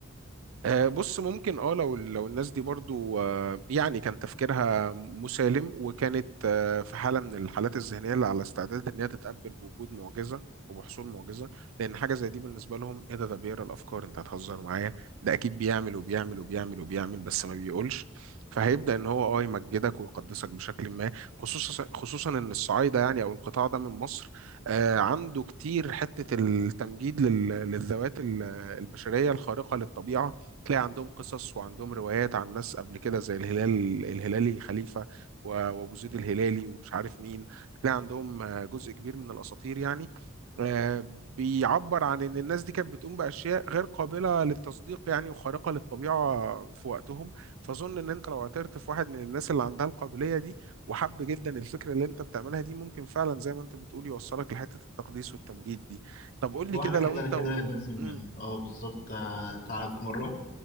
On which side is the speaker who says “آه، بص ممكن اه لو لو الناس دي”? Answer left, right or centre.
Right